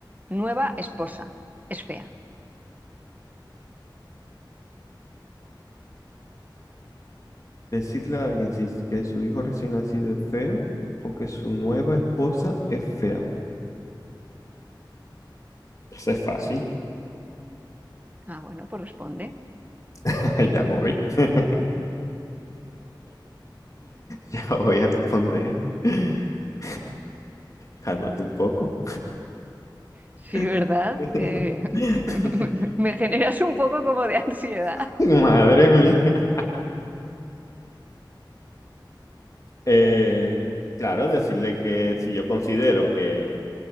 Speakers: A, on the right; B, on the left.
A: nueva esposa es fea.
B: Decirle a alguien si es que su hijo recién nacido es feo o que su nueva esposa es fea. Eso es fácil.
A: Ah, bueno, pues responde.
B: <laughs> Ya voy. <laughs> Ya voy a responder. <laughs> Cálmate un poco.
A: Sí,
B: <laughs>
A: ¿verdad? Eh, <laughs> me generas un poco como de ansiedad.
B: <laughs> Madre mía. Eh, claro, decirle que si yo considero que,